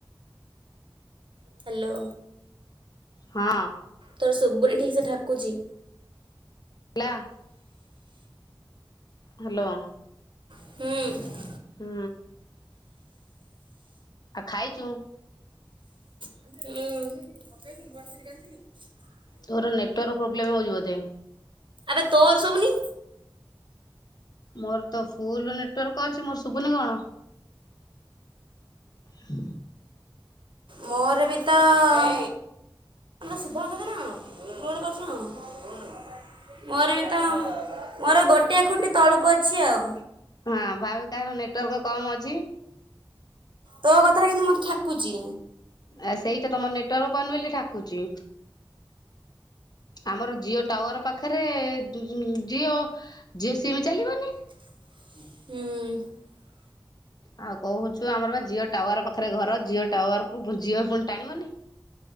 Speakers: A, on the right; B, on the left.
A: ହ୍ୟାଲୋ
B: ହଁ
A: ତୋର ସବୁଣି ଠିକସେ ଠାକୁଛି।
B: ହେଲା ହ୍ୟାଲୋ
A: ହଁ
B: ହୁଁ ଆଉ ଖାଇଛୁ?
A: ଉଂ
B: ତୋର ନେଟୱାର୍କ ପ୍ରୋବଲେମ ହେଉଛି ବୋଧେ?
A: ଏବେ ତୋର ସବୁନି।
B: ମୋର ତ ଫୁଲ ନେଟୱାର୍କ ଅଛି ମୋର ଶୁଭୁନି କଣ? ହ
A: ମୋର ବି ତ ଆେ ଶୁଭାଙ୍କ କଥା <unintelligible> <unintelligible> କୁର କଛ ନା କଣ? ମୋର ବି ତ ମୋର ଗୋଟିଏ ଖୁଟି ତଳୁକୁ ଅଛି ଆଉ।
B: ହଁ ଭାଵେ କାହାର ନେଟୱାର୍କ କମ ଅଛି?
A: ତୋ କଥଟା କିନ୍ତୁ ମୋତେ ଠାକୁଛି।
B: ଆ ସେଇ ତ ତମ ନେଟୱାର୍କ ପଉନି ବୋଲି ଠାକୁଛି। ଆମର ଜିଓ ଟାୱାର ପାଖରେ ଜିଓ ଜିଓ ସିମ୍ ଚାଲିବନି?
A: ହୁଁ
B: ଆଉ କହୁଛୁ ଆମର ବା ଜିଓ ଟାୱାର ପାଖରେ ଘର ଜିଓ ଟାୱାର କୁ ଜିଓ ଫୋନ୍ ଟାଣିବନି।